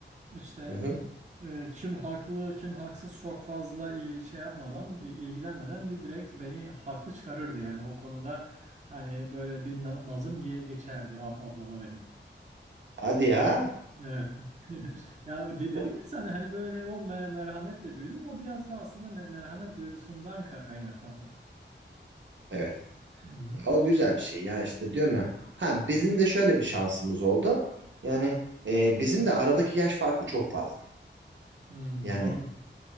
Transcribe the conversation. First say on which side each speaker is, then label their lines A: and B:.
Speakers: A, on the right; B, on the right.
A: İşte
B: Hı hı.
A: e, kim haklı kim haksız çok fazla il, şey yapmadan e, ilgilenmeden di- direkt beni haklı çıkarırdı yani o konuda hani böyle bir na- nazım ge- geçerdi ab ablama benim.
B: Hadi ya.
A: Evet. <laughs> Ya de- dedim
B: O-
A: ya sana hani böyle o me- merhametle büyüdüm. O biraz da aslında me- merhamet duygusundan ka- kaynaklanıyordu.
B: Evet.
A: Hı hı.
B: Ya o güzel bir şey ya işte diyorum ya. Ha bizim de şöyle bir şansımız oldu. Yani e, bizim de aradaki yaş farkı çok fazla.
A: Hmm,
B: Yani
A: doğru.